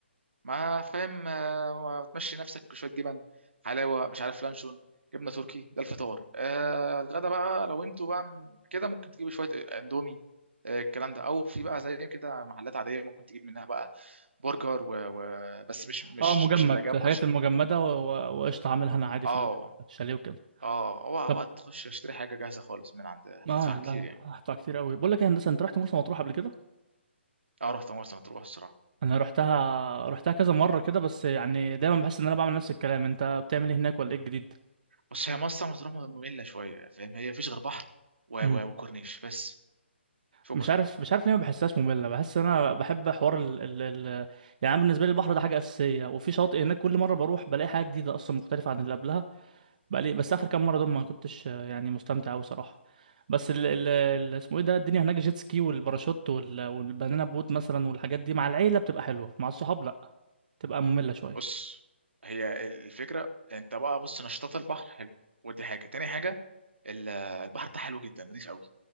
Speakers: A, on the right; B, on the right.
A: ما فاهم آه، تمشي نفسك بشويه جبن حلاوه مش عارف لانشون جبنه تركي ده الفطار آه الغدا بقى لو انتوا بقى م- كده ممكن تجيبوا شويه آه، اندومي آه، الكلام ده او في بقى زي كده محلات عاديه ممكن تجيب منها بقى برجر و... و... بس مش مش
B: اه مجمد
A: مش اللي جاب
B: الحاجات
A: باشا
B: المجمدة و- و- وقشطة هعملها أنا عادي
A: اه
B: في ال- في الشاليه وكده
A: اه اوعى
B: طب
A: اوعى تخش اشتري حاجه جاهزه خالص من عند هتدفع
B: اه
A: كتير
B: لا لا
A: يعني
B: هدفع كتير أوي بقول لك إيه يا هندسة أنت رحت مرسى مطروح قبل كده؟
A: اه رحت مرسى مطروح الصراحه
B: انا رحتها رحتها كذا مره كده بس يعني دايما بحس ان انا بعمل نفس الكلام انت بتعمل ايه هناك ولا ايه الجديد
A: بس هي مرسى مطروح ممله شويه فاهم هي مفيش غير بحر و...
B: امم
A: و... وكورنيش بس شكرا
B: مش عارف مش عارف ليه ما بحسهاش ممله بحس ان انا بحب حوار ال... ال... ال... يعني أنا بالنسبه لي البحر ده حاجه اساسيه وفي شاطئ هناك كل مره بروح بلاقي حاجه جديده اصلا مختلفه عن اللي قبلها بلاقي بس اخر كام مره دول ما كنتش آه، يعني مستمتع قوي صراحه بس ال... ال... ال... اسمه ايه ده الدنيا هناك جيت سكي والباراشوت وال... والبنانا بوت مثلا والحاجات دي مع العيله بتبقى حلوه مع الصحاب لا بتبقى ممله شويه
A: بص هي الفكره انت بقى بص نشاطات البحر حلو ودي حاجه تاني حاجه ال- البحر بتاعها حلو جدا نضيف قوي